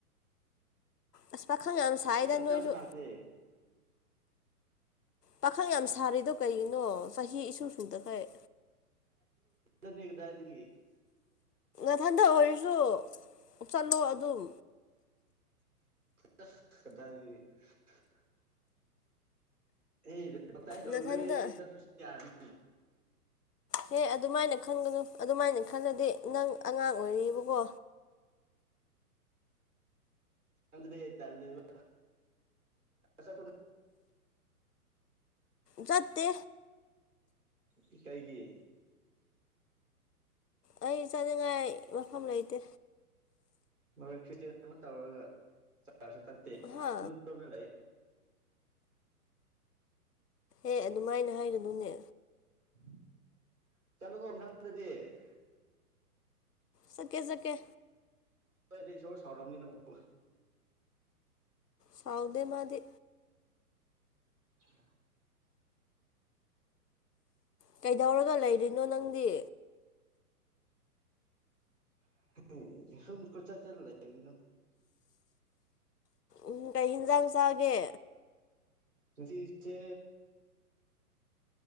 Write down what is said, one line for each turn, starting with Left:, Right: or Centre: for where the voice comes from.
Left: ꯑꯁ ꯄꯈꯪ ꯌꯥꯝ ꯁꯥꯏꯗ
Right: ꯃꯤ
Left: ꯅꯣꯏꯁꯨ
Right: ꯀꯅꯥꯁꯨ ꯂꯥꯛꯇꯦ
Left: ꯄꯥꯈꯪ ꯌꯥꯝ ꯁꯥꯔꯤꯗꯣ ꯀꯩꯒꯤꯅꯣ ꯆꯍꯤ ꯏꯁꯨ ꯁꯨꯗꯈꯩ
Right: ꯏꯅꯤꯗꯥ ꯍꯥꯏ ꯑꯗꯨꯒꯤ
Left: ꯃꯊꯟꯗ ꯑꯣꯏꯔꯁꯨ ꯆꯠꯂꯣ ꯑꯗꯨꯝ
Right: <unintelligible> ꯑꯦ ꯄꯇ ꯑꯩ ꯇꯧꯔꯨꯨꯔ꯭ꯔꯦ
Left: ꯅꯊꯟꯗ
Right: ꯑꯩꯗꯤ ꯆꯠꯇ ꯌꯥꯔꯅꯤ
Left: ꯍꯦ ꯑꯗꯨꯃꯥꯏꯅ ꯈꯟꯒꯅꯨ ꯑꯗꯨꯃꯥꯏꯅ ꯈꯜꯂꯗꯤ ꯅꯪ ꯑꯉꯥꯡ ꯑꯣꯏꯔꯤꯕꯀꯣ
Right: ꯅꯗ꯭ꯔꯦ ꯇꯂꯕ ꯆꯆꯥꯕꯣ
Left: ꯆꯠꯇꯦ
Right: ꯃꯤꯇꯩꯒꯤ
Left: ꯑꯩ ꯆꯠꯅꯤꯡꯉꯥꯏ ꯃꯐꯝ ꯂꯩꯇꯦ
Right: ꯃꯈꯣꯏ ꯀꯇꯦꯟ ꯑꯃ ꯇꯧꯔꯒ ꯆꯥꯔꯁꯨ ꯇꯠꯇꯦ
Left: ꯍꯥ
Right: ꯂꯨꯠꯇꯨꯅ ꯂꯩ
Left: ꯑꯦ ꯑꯗꯨꯃꯥꯏꯅ ꯍꯥꯏꯔꯗꯨꯅꯦ
Right: <unintelligible>
Left: ꯁꯀꯦ ꯁꯀꯦ
Right: ꯗꯤ ꯏꯁ ꯁꯥꯎꯔꯝꯃꯤ ꯅꯪꯕꯣ
Left: ꯁꯥꯎꯗꯦ ꯃꯥꯗꯤ
Right: <inaudible>
Left: ꯀꯩꯗꯧꯔꯒ ꯂꯩꯔꯤꯅꯣ ꯅꯪꯗꯤ
Right: <unintelligible>
Left: ꯎꯝ ꯀꯩ ꯍꯤꯟꯖꯥꯡ ꯆꯥꯒꯦ
Right: ꯉꯁꯤꯁꯦ